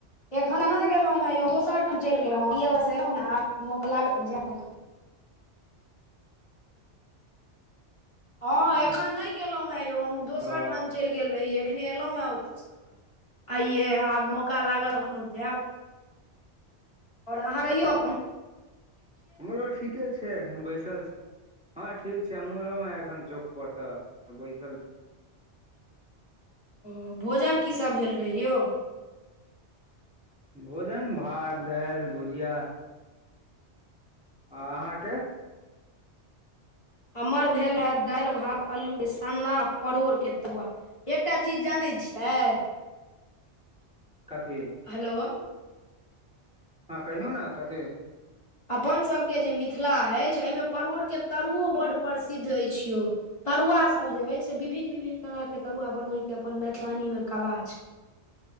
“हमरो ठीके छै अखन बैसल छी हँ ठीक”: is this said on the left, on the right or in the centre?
Centre